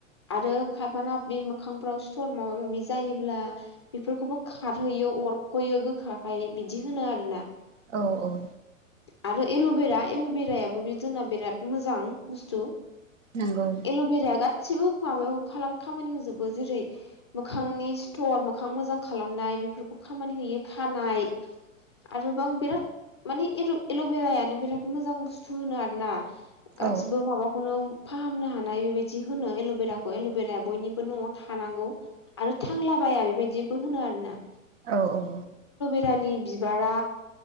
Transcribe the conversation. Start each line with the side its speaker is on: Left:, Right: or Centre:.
Left: आरो खायफाना बे मोखांफोराव सिथ'र माबा माबि जायोब्ला बेफोरखौबो खारहैयो अरख'यो गोखााखाय बिदि होनो आरोना
Right: औ औ
Left: आरो एल'बेरा एल'बेरायाबो बि जोंना बिराद मोजां बुस्थु
Right: नंगौ
Left: एल'बेराया गाथि बो माबायाव खालाम खामानि होजोबो जेरै मोखांनि सिथ'र मोखां मोजां खालामनाय बेफोरखौ खामानि होयो खानाय आरोबां बिराद माने एल' एल'बेरायानो बिराद मोजां बुस्थु होनो आरोना गासिबो
Right: औ
Left: माबाखौनो फाहामनो हानाय बेबायदि होनो एल'बेराखौ एल'बेराया बयनिबो न'आव थानांगौ आरो थांला <unintelligible> बेबायदिबो होनो आरो ना
Right: औ औ
Left: <unintelligible> बिबारा